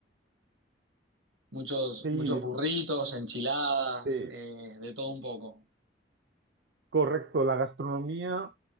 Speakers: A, on the right; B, on the right.
A: Muchos,
B: Sí,
A: muchos burritos, enchiladas,
B: Sí,
A: eh, de todo un poco.
B: correcto. La gastronomía